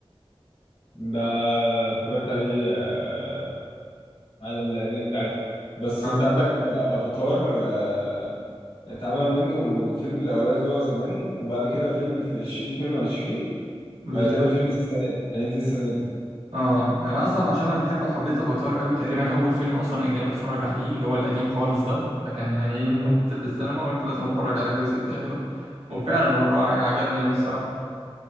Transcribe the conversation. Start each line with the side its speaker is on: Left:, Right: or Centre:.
Left: ده اتفرجت عليه آه على النت عادي بس
Right: اه
Left: انت عندك افاتار آه اتعمل منه الفيلم الاولاني اللي هو زمان وبعد كده فيلم في 2022
Right: بالظبط
Left: وهيتعمل فيلم السنة دي هينزل السنة دي
Right: اه انا اصلا عشان انا بحب حبيت افاتار قوي تقريبا اول فيلم اصلا اجنبي اتفرج عليه اللي هو القديم خالص ده فكان يعني ايه
Left: مم.
Right: نزل في السينما قلت لازم اتفرج على الجزء التاني ده وفعلا وراه عجبني قوي الصراحه